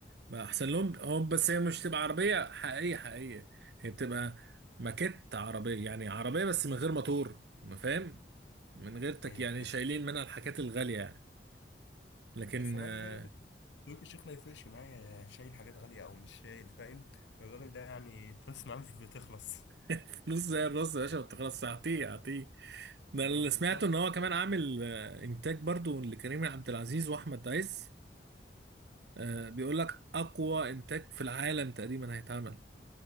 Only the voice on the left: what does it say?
ايوه
فاهم
بس انا
عايز افهمك إن تركي الشيخ ما يفرقش معايا شايل حاجات غاليه او مش شايل فاهم الراجل ده يعني <laughs> الفلوس معاه مش بتخلص
اه
بالظبط